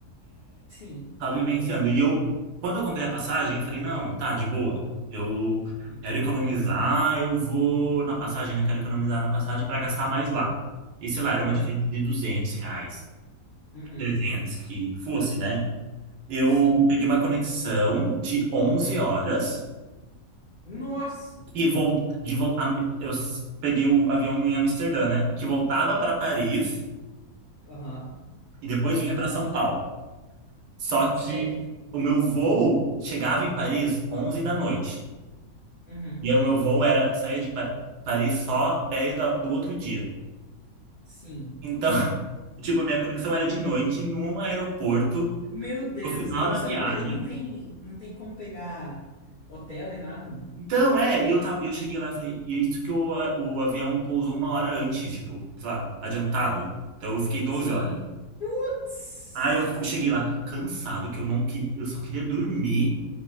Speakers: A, on the left; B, on the right.
A: Sim.
B: Tava vivenciando. E eu, quando eu comprei a passagem, eu falei, não, tá, de boa. Eu
A: Hum,
B: quero economizar,
A: Uhum.
B: eu vou na passagem, né? Quero economizar na passagem para gastar mais lá. E sei lá, era
A: Uhum.
B: uma diferença de 200 reais.
A: Uhum.
B: 300 que fosse, né? Eu
A: Sim.
B: peguei uma conexão de 11 horas
A: Nossa.
B: e vol de vol Am- eu s- peguei o avião em Amsterdã, né? Que voltava para Paris
A: Aham.
B: e depois vinha para São Paulo. Só
A: Certo.
B: que o meu voo chegava em Paris 11 da noite.
A: Uhum.
B: E aí o meu voo era saía de Pa- Paris só 10 da- do outro dia.
A: Sim.
B: Então, <laughs> tipo, a minha conexão era de noite num aeroporto,
A: Meu Deus.
B: no final
A: E
B: da
A: você
B: viagem.
A: não, pe- não tem, não tem como pegar hotel nem nada, né?
B: Então, é, e eu tava, eu cheguei lá e falei, e é isso que o, a- o avião pousou uma hora antes, tipo, sei lá, adiantado. Então eu fiquei 12
A: Sim.
B: horas.
A: Putz.
B: Aí eu cheguei lá cansado, que eu não queria, eu só queria dormir,